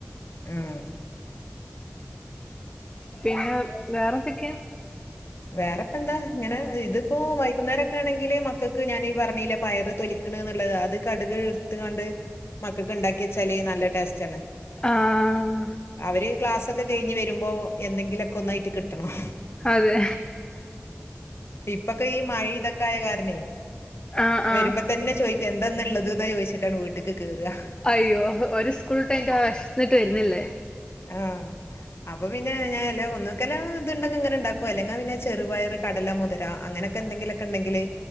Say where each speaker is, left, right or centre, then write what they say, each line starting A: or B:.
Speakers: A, on the left (about 60°); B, on the left (about 20°).
A: ആഹ്
B: പിന്നെ വേറെ എന്തൊക്കെ?
A: വേറെപ്പെന്താ ഇങ്ങനെ ഇതിപ്പോ വൈകുന്നേരൊക്കെ ആണെങ്കില് മക്കൾക്ക് ഞാൻ ഈ പറഞ്ഞില്ലെ പയറ് തൊലിക്കണെന്നുള്ളത് അത് കട്ക് ത്ത്ങ്ങാണ്ട് മക്കക്ക് ഇണ്ടാക്കിച്ചാല് നല്ല ടേസ്റ്റണ്
B: ആഹ്
A: അവര് ക്ലാസ്സൊക്കെ കഴിഞ്ഞ് വരുമ്പോ എന്തെങ്കിലൊക്കെ ഒന്നായിട്ട് കിട്ടണം
B: അതെ
A: ഇപ്പക്കെ ഈ മഴി ഇതൊക്കെ ആയ കാരണേ
B: ആഹ്
A: വരുമ്പം
B: ആഹ്
A: തന്നെ ചോയ് എന്താന്ന്ള്ളത് എന്ന് ചോദിച്ചിട്ടാണ് വീട്ടിക്ക് കേറുക
B: അയ്യോ ഓരു സ്കൂള്ട്ട് കഴിഞ്ഞിട്ട് വിശന്നിട്ട് വരുന്നല്ലേ
A: ആഹ് അപ്പൊ പിന്നെ ഞാനല്ല ഒന്നക്കല്ല് ഇതുണ്ടങ്കി ഇങ്ങനെ ഉണ്ടാക്കും അല്ലെങ്കി അങ്ങന പിന്നെ ചെറുപയറ്, കടല, മുതിര അങ്ങനെയൊക്കെ എന്തെക്കിലൊക്കെ ഉണ്ടെങ്കില്